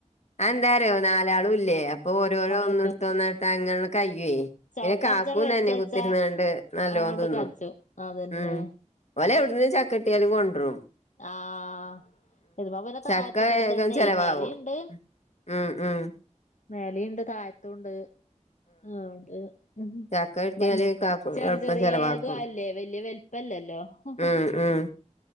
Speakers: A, on the left; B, on the left.
A: അഎന്താറ്യോ നാലാളുല്ലേ അപ്പൊ ഓരോരോ
B: അതന്നെ
A: ഒന്ന്ട് ത്ത ഒന്ന ക്കങ്ങനണ്ട് കയ്യൊയ്
B: ചവപ്പറിച്ചാണ്
A: പിന്നെ കാക്കൂന്നന്നെ
B: വെച്ച വെച്ചാ
A: കുത്തിര്ന്നാണ്ട് നല്ലോം
B: അങ്ങോട്ട്
A: തിന്നും.
B: കജും അതന്നെ
A: ഉം ഓലെവ്ട്ന്നും ചക്കട്ട്യാലും കൊണ്ട്രെും
B: ആഹ് ഇത്പ്പപിന്നെ
A: ചക്ക
B: തായത്ത്ക്കൂടി
A: വേഗം
B: തന്നെയ്
A: ചെലവാകും
B: മേലിണ്ട്
A: ഉം ഉം
B: മേലിണ്ട് തായത്തുണ്ട്. ആഹ് ഉണ്ട് ഉം
A: ചക്ക കിട്ടിയാല്
B: വല്
A: കാക്കും
B: ചെറ്
A: എളുപ്പം
B: ചെറ്യേതുഅല്ലേ
A: ചെലവാക്കും
B: വല്യ വെൽ പ്പല്ലല്ലോ ഹും
A: ഉം ഉം